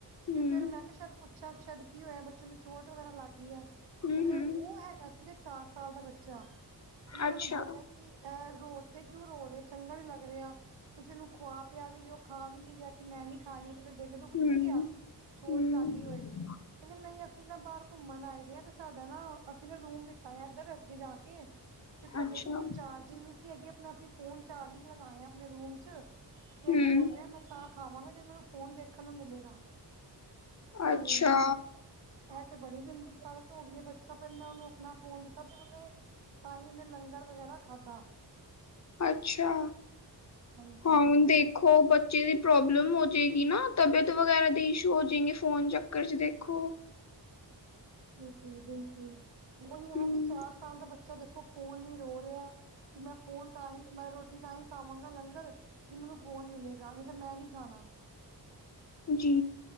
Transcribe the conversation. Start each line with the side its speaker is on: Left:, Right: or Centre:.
Left: ਹੂੰ,
Right: ਤੇ ਫੇਰ ਮੈਂ ਕਿਹਾ ਸ਼ਾਇਦ ਪੁੱਛਿਆ ਸ਼ਾਇਦ ਕੀ ਹੋਇਆ ਬੱਚੇ ਨੂੰ ਚੋਟ ਵਗੈਰਾ ਲੱਗ ਗਈ ਹੈ। ਤੇ
Left: ਹੂੰ-ਹੂੰ।
Right: ਮ ਉਹ ਹੈਗਾ ਸੀਗਾ ਚਾਰ ਸਾਲ ਦਾ ਬੱਚਾ, ਤੇ ਮੈਂ ਉਹਨਾਂ
Left: ਅੱਛਾ,
Right: ਨੂੰ ਬੋਲਿਆ ਕਿ ਅ ਰੋਡ ਤੇ ਕਿਉਂ ਰੋ ਰਹੇ ਚੰਗਾ ਨੀ ਲੱਗ ਰਿਹਾ ਤੁਸੀਂ ਇਹਨੂੰ ਖੁਆ ਪਿਆ ਵੀ ਰਹੇ ਹੋ ਖਾ ਵੀ ਨੀ ਰਿਹਾ ਕਿ ਮੈਂ ਨੀ ਖਾਣੀ ਕਿਤੇ ਡਿੱਗ ਡੁੱਗ
Left: ਹੂੰ,
Right: ਤੇ ਨੀ ਗਿਆ ਚੋਟ
Left: ਹੂੰ,
Right: ਲੱਗ ਗਈ ਹੋਏ ਕਹਿੰਦੇ ਨਹੀਂ ਅਸੀਂ ਨਾ ਬਾਹਰ ਘੁੰਮਣ ਆਏ ਦੇ ਹਾਂ ਤੇ ਸਾਡਾ ਨਾ ਅਸੀਂ ਨਾ ਰੂਮ ਲਿੱਤਾ ਆ ਇੱਧਰ, ਅੱਗੇ ਜਾ ਕੇ ਤੇ ਸਾਡੇ
Left: ਅੱਛਾ,
Right: ਫੋਨ ਚਾਰਜਿੰਗ ਨਹੀਂ ਸੀ ਹੈਗੇ ਆਪਣਾ ਅਸੀਂ ਫੋਨ ਚਾਰਜਿੰਗ ਲਗਾਏ ਆ ਆਪਣੇ ਰੂਮ ਚ ਤੇ
Left: ਹੂੰ,
Right: ਬੋਲ ਰਿਹਾ ਮੈਂ ਤਾਂ ਖਾਵਾਂਗਾ ਜੇ ਮੈਨੂੰ ਫੋਨ ਦੇਖਣ ਨੂੰ ਮਿਲੇਗਾ ਤੇ
Left: ਅੱਛਾ।
Right: ਮੈਂ ਇਹ ਤੇ ਬੜੀ ਗੰਦੀ ਆਦਤ ਹੋ ਗਈ ਹੈ ਬੱਚਾ ਫਿਰ ਮੈਂ ਉਹਨੂੰ ਆਪਣਾ ਫੋਨ ਦਿੱਤਾ ਤੇ ਉਹਨੇ ਤਾਂ ਹੀ ਉਹਨੇ ਲੰਗਰ ਵਗੈਰਾ ਖਾਧਾ
Left: ਅੱਛਾ,
Right: ਹਾਂਜੀ,
Left: ਹੁਣ ਓਹ ਬੱਚੇ ਦੀ ਪ੍ਰੋਬਲਮ ਹੋ ਜਾਏਗੀ ਨਾ ਤਬੀਅਤ ਵਗੈਰਾ ਦੇ ਇਸ਼ੂ ਹੋ ਜਾਏਗੀ ਫੋਨ ਚੱਕਰ ਚ ਦੇਖੋ
Right: ਬਿਲਕੁਲ ਬਿਲਕੁਲ ਉਹੀ ਇਹਨਾਂ
Left: ਹੂੰ,
Right: ਦੀ ਚਾਰ ਸਾਲ ਦਾ ਬੱਚਾ ਦੇਖੋ ਫੋਨ ਲਈ ਰੋ ਰਿਹਾ ਕਿ ਮੈਂ ਫੋਨ ਤਾਂ ਹੀ ਮੈਂ ਰੋਟੀ ਤਾਂ ਹੀ ਖਵਾਂਗਾ ਲੰਗਰ ਜੇ ਮੈਨੂੰ ਫੋਨ ਮਿਲੇਗਾ ਨਹੀਂ ਤਾਂ ਮੈਂ ਨੀ ਖਾਣਾ
Left: ਜੀ